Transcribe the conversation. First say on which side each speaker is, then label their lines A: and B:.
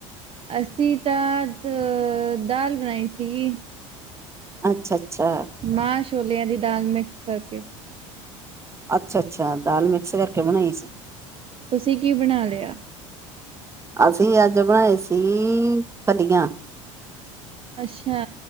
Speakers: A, on the right (about 35°); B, on the right (about 15°).
A: ਅਸੀ ਤਾਂ ਅ ਦਾਲ ਬਣਾਈ ਸੀਗੀ।
B: ਅੱਛਾ-ਅੱਛਾ।
A: ਮਾਂਹ ਛੋਲਿਆਂ ਦੀ ਦਾਲ ਮਿਕਸ ਕਰਕੇ।
B: ਅੱਛਾ-ਅੱਛਾ। ਦਾਲ ਮਿਕਸ ਕਰਕੇ ਬਣਾਈ ਸੀ।
A: ਤੁਸੀ ਕੀ ਬਣਾ ਲਿਆ?
B: ਅਸੀਂ ਅੱਜ ਬਣਾਏ ਸੀ ਫਲੀਆਂ।
A: ਅੱਛਾ,